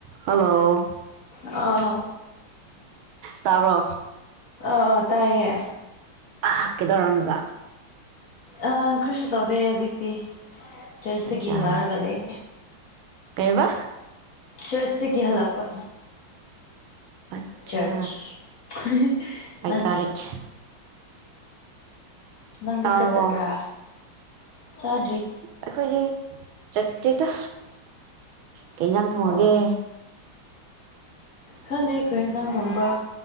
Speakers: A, on the right (about 80°); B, on the left (about 45°).
A: hello
B: ꯑꯥ
A: ꯇꯥꯔꯣ
B: ꯑꯥ ꯑꯥ ꯇꯥꯏꯌꯦꯦ
A: ꯍꯥ ꯀꯦꯗꯧꯔꯝꯕ꯭ꯔ
B: ꯑ ꯈ꯭ꯔꯤ ꯇꯧꯗꯦ ꯍꯧꯖꯤꯛꯇꯤ ꯆꯔꯆꯇꯒꯤ
A: ꯑꯆꯥ
B: ꯍꯜꯂꯛꯑꯔꯒ ꯂꯩ
A: ꯀꯩꯕ
B: ꯆꯔꯆꯇꯗꯒꯤ ꯍꯂꯛꯄ
A: ꯑꯆꯥ
B: ꯆꯔꯆ
A: ꯑꯥꯏ
B: ꯅ
A: ꯒꯣꯠ ꯏꯠ
B: ꯅꯪꯗꯤ
A: ꯆꯥꯔꯕꯣ
B: ꯆꯠꯇꯕ꯭ꯔꯥ ꯆꯥ
A: ꯑꯩꯈꯣꯏꯗꯤ ꯆꯠꯇꯦꯠꯇ ꯀ ꯏꯟꯖꯥꯡ ꯊꯣꯡꯉꯒꯦ
B: ꯑꯣ ꯈꯪꯗꯦ ꯑꯩꯈꯣꯏ ꯌꯦꯟꯁꯥꯡ ꯊꯣꯡꯕ꯭ꯔ